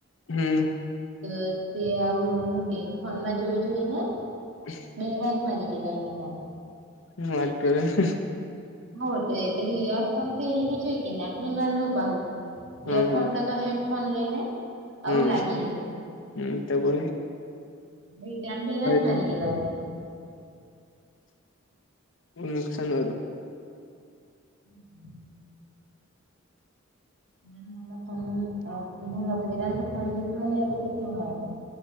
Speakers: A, on the left (about 65°); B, on the right (about 60°).
A: હમ
B: તો તે આવું હું ક ફોન માં જોઈ જોઈ ને?
A: હ
B: બેરાત મારી ગેલો એના કાર નો
A: હુ વાત કરે છે?
B: હો તો એ પેલું યરફોન તો એરીને જોઈ કે? લુક ઈયરફોન
A: હા હા
B: કા તો હેડફોન લેને આવ
A: હમ
B: લાગી રહી.
A: હમ તો બો
B: એ તડિ મરીગ
A: તો
B: લા વરી
A: નુકસાન
B: હમ ફન મ પઈરા તો ફોન જતલો નહી તો તેટલો હોય,